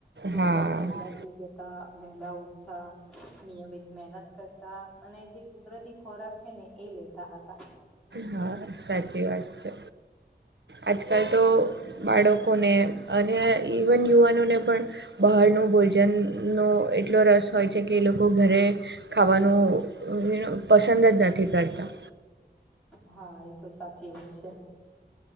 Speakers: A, in the centre; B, on the right.
A: લોકો
B: હા
A: આમ વહેલા હુઈ જતાં વહેલા ઉઠતા નિયમિત મહેનત કરતા અને જે કુદરતી ખોરાક છે ને એ લેતા હતા.
B: હા સાચી વાત છે આજકાલ તો બાળકોને અને ઇવન યુવાનોને પણ બહારનું ભોજનનો એટલો રસ હોય છે કે એ લોકો ઘરે ખાવાનું અ પસંદ જ નથી કરતા.
A: હા એ તો સાચી વાત છે.